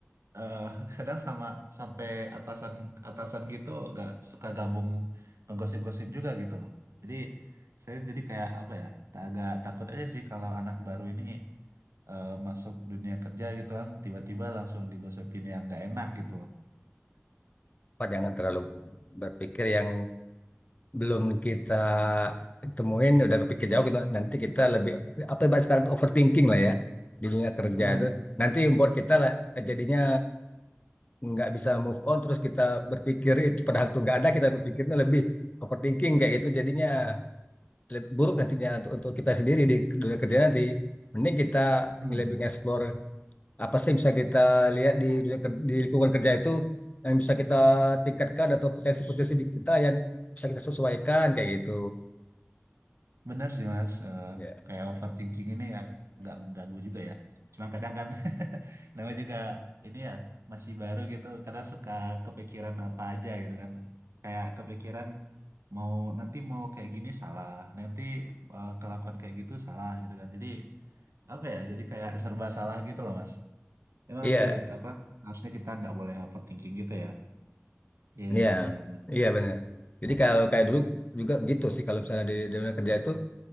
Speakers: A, on the right; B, on the left.
A: eh, <laughs> kadang sama sampai atasan atasan gitu gak suka gabung ngegosip-gosip juga gitu loh jadi saya jadi kayak apa ya ta- agak takut aja sih kalau anak baru ini eh, masuk dunia kerja gitu kan tiba-tiba langsung digosipin yang nggak enak gitu loh
B: Pak, jangan terlalu berpikir yang belum kita temuin udah berpikir jauh gitu nanti kita lebih apa yang bahas sekarang tuh overthinking lah ya di dunia kerja
A: hmm.
B: itu nanti buat kita lah jadinya nggak bisa move on terus kita berpikir itu padahal tuh nggak ada kita berpikirnya lebih overthinking kayak gitu jadinya le- buruk nantinya untuk, untuk kita sendiri di dunia kerja nanti mending kita
A: Hmm.
B: lebih nge-explore apa sih yang bisa kita lihat di dunia ker- di lingkungan kerja itu yang bisa kita tingkatkan atau potensi-potensi di kita yang bisa kita sesuaikan kayak gitu
A: Benar sih Mas, Eh,
B: Iya,
A: kayak overthinking ini ya agak mengganggu juga ya. Cuma kadang kan <laughs> namanya juga ini ya masih baru gitu, kadang suka kepikiran apa aja gitu kan. Kayak kepikiran mau nanti mau kayak gini salah, nanti eh, kelakuan kayak gitu salah gitu kan. Jadi apa ya? Jadi kayak serba salah gitu loh Mas. Emang
B: iya,
A: sih apa harusnya kita nggak boleh overthinking gitu ya. Iya
B: iya,
A: benar benar benar.
B: iya benar. Jadi kalau kayak dulu juga gitu sih kalau misalnya di, di dunia kerja itu.